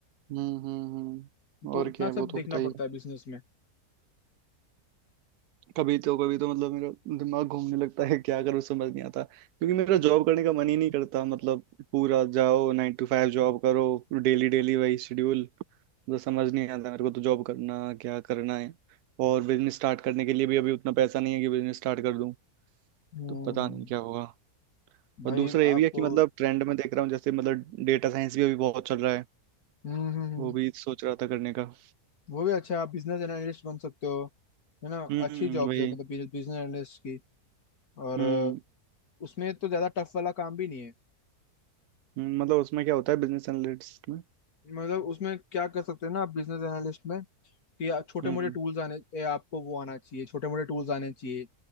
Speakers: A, on the right (about 80°); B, on the left (about 70°).
A: हम्म हम्म हम्म
B: तो
A: और
B: इतना
A: क्या है वो
B: सब देखना
A: तो होता
B: पड़ता
A: ही है
B: है बिजनेस में
A: कभी तो कभी तो मतलब मेरा दिमाग घूमने लगता है क्या करूँ समझ नहीं आता क्योंकि मेरा जॉब करने का मन ही नहीं करता मतलब पूरा जाओ नाइन टू फाइव जॉब करो डेली डेली वही शेड्यूल तो समझ नहीं आता मेरे को तो जॉब करना क्या करना है और बिजनेस स्टार्ट करने के लिए भी अभी उतना पैसा नहीं है कि बिजनेस स्टार्ट कर दूं
B: हम्म
A: तो पता नहीं क्या होगा
B: भाई
A: और दूसरा ये
B: आपको
A: भी है कि मतलब ट्रेंड में देख रहा हूँ जैसे मतलब डेटा साइंस भी अभी बहुत चल रहा है
B: हम्म हम्म हम्म,
A: वो भी सोच रहा था करने का
B: वो भी अच्छा आप बिजनेस एनालिस्ट बन सकते हो है ना
A: हम्म
B: अच्छी जॉब्स
A: वही
B: है मतलब बिजनेस एनालिस्ट की और
A: हम्म
B: अ, उसमें तो ज्यादा टफ वाला काम भी नहीं है
A: हम्म, मतलब उसमें क्या होता है बिजनेस एनालिटिक्स में
B: मतलब उसमें क्या कर सकते हैं ना आप बिजनेस एनालिस्ट में कि या- छोटे
A: हम्म
B: मोटे टूल्स आने ए, आपको वो आना चाहिए छोटे मोटे टूल्स आने चाहिए